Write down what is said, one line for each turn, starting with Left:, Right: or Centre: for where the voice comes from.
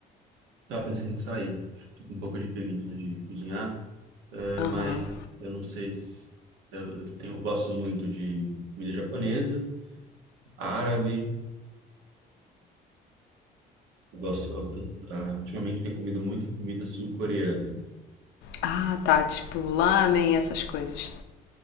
Right: Tava pensando em sair. Tô com um pouco de preguiça de cozinhar, é,
Left: Aham.
Right: mas eu não sei se. Eu, eu tenho, eu gosto muito de comida japonesa, árabe. Eu gosto, eu tô- ah, ultimamente tenho comido muita comida sul-coreana.
Left: Ah, tá. Tipo, lamen, essas coisas.